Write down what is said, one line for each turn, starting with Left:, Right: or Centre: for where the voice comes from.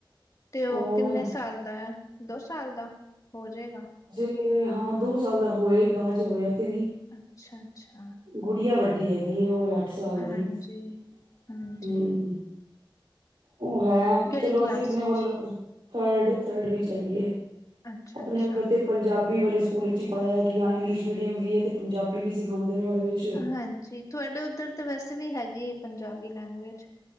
Left: ਤੇ ਉਹ
Right: ਔਰ
Left: ਕਿੰਨੇ ਸਾਲ ਦਾ ਐ, ਦੋ ਸਾਲ ਦਾ ਹੋ ਜਾਏਗਾ।
Right: ਤੇ ਹਾਂ ਦੋ ਸਾਲ ਦਾ ਹੋਏਗਾ ਅਜੇ ਹੋਇਆ ਤੇ ਨੀ।
Left: ਅੱਛਾ-ਅੱਛਾ।
Right: ਗੁੜੀਆ ਵੱਡੀ ਹੈਗੀਏ। ਉਹ ਏ ਅੱਠ ਸਾਲ
Left: ਹਾਂਜੀ
Right: ਦੀ।
Left: ਹਾਂਜੀ।
Right: ਹੂੰ, ਉਹ ਹੈ,
Left: ਕਿਹੜੀ
Right: ਚਲੋ
Left: ਕਲਾਸ
Right: ਅਸੀਂ ਆਪਨੇ
Left: ਵਿੱਚ
Right: ਵੱਲੋਂ ਤਾ। ਥਰਡ-ਥਰਡ ਵਿਚ ਹੈਗੀ ਏ।
Left: ਅੱਛਾ
Right: ਅਪਣੇ
Left: ਅੱਛਾ
Right: ਵੱਲੋਂ ਤੇ ਪੰਜਾਬੀ ਵਾਲੇ ਸਕੂਲ ਈਚ ਈ ਪਾਇਆ ਹੈ ਕਿ ਹਾਂ ਇੰਗਲਿਸ਼ ਮੀਡੀਅਮ ਵੀ ਐ ਤੇ ਪੰਜਾਬੀ ਵੀ ਸਿਖਾਨਦੇ ਨੇ ਉਹਦੇ ਵਿੱਚ।
Left: ਹਾਂਜੀ, ਤੁਹਾਡੇ ਉੱਧਰ ਤਾਂ ਵੈਸੇ ਵੀ ਹੈਗੀ ਹੈ ਪੰਜਾਬੀ ਲੈਂਗੁਏਜ